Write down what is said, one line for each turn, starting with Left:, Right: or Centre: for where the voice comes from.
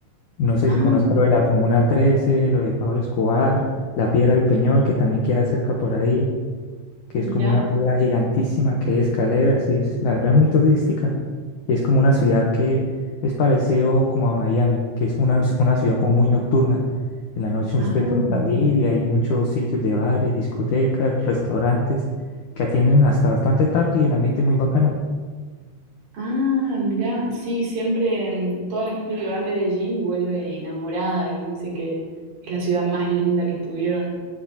Left: No sé
Right: Ah,
Left: si conozco lo de la Comuna 13, lo de Pablo Escobar, la Piedra del Peñol, que también queda cerca por ahí. que es
Right: mira,
Left: como una piedra gigantísima que hay escaleras y es, la verdad, muy turística. Y es como una ciudad que es parecido como a Miami, que es una, una ciudad como muy nocturna. En la noche
Right: ah,
Left: usted puede salir y hay muchos sitios de bares, discotecas, restaurantes que atienden hasta bastante tarde y el ambiente es muy bacano.
Right: ah, mira, sí, siempre mm, toda la gente que va a Medellín vuelve enamorada y dicen que es la ciudad más linda que estuvieron.